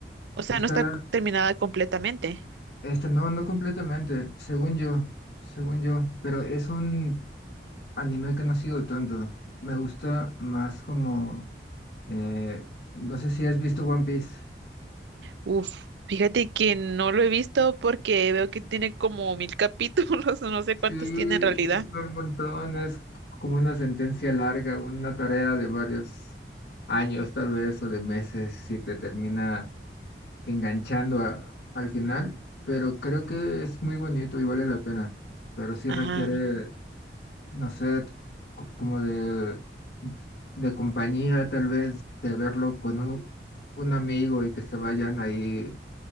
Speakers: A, on the right (about 80°); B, on the left (about 70°).
A: o sea,
B: Está,
A: no está terminada completamente.
B: está, no, no completamente. Según yo, según yo. Pero es un anime que no ha sido tanto. Me gusta más como, eh, no sé si has visto One Piece.
A: Uf, fíjate que no lo he visto porque veo que tiene como mil capítulos, <laughs> o no sé
B: Sí,
A: cuántos tiene en realidad.
B: sí, son un montón. Es como una sentencia larga, una tarea de varios años, tal vez, o de meses, si te termina enganchando a- al final. Pero creo que es muy bonito y vale la pena. Pero sí
A: Ah,
B: requiere, no sé, c- como de, de compañía, tal vez, de verlo con un, un amigo y que se vayan ahí